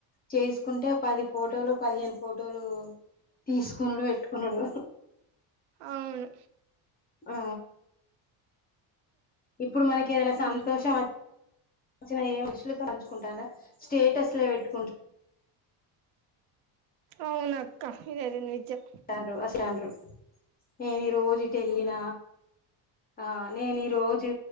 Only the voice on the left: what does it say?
చేసుకుంటే పది ఫోటోలు, పదిహేను ఫోటోలు తీసుకునుడు, బేట్కునుడు.
ఆ. ఇప్పుడ్ మనక్ ఏదైనా,
సంతోషం అచ్ <unintelligible> చ్చిన ఏం మనుషులతో పంచుకుంటారా, స్టేటస్ లే బేట్టుకుంట్
<unintelligible> తండ్రు, అస్తండ్రు నేన్ ఈ రోజు ఈటెల్లిన. ఆ నేన్ ఈ రోజు,